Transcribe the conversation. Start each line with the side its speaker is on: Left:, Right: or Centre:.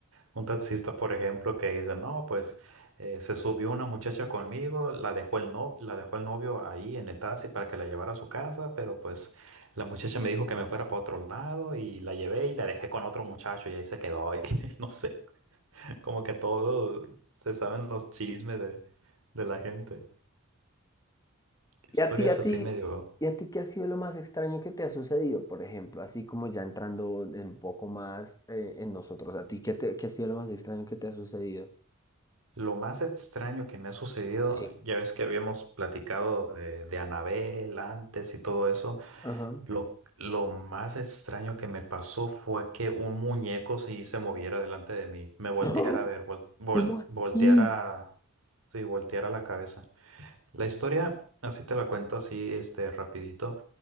Right: Un taxista, por ejemplo, que dice, no, pues eh, se subió una muchacha conmigo, la dejó el no, la dejó el novio ahí en el taxi para que la llevara a su casa, pero pues la muchacha me dijo que me fuera para otro lado y la llevé y la dejé con otro muchacho y ahí se quedó. <laughs> Y no sé, como que todo se saben los chismes de, de la gente. Historias
Left: Y a ti, a
Right: así
Left: ti,
Right: medio.
Left: y a ti, ¿qué ha sido lo más extraño que te ha sucedido, por ejemplo? Así como ya entrando en un poco más eh, en nosotros, ¿a ti qué, te- qué ha sido lo más extraño que te ha sucedido?
Right: Lo más extraño que me ha sucedido,
Left: Sí.
Right: ya ves que habíamos platicado de, de Anabel antes y todo eso.
Left: Ajá.
Right: Lo, lo más extraño que me pasó fue que un muñeco sí se moviera delante de mí, me
Left: <gasps>
Right: volteara
Left: ¡Ah!
Right: a ver, vol- vol-
Left: ¿Cómo así?
Right: volteara, sí, volteara la cabeza. La historia, así te la cuento así, este, rapidito.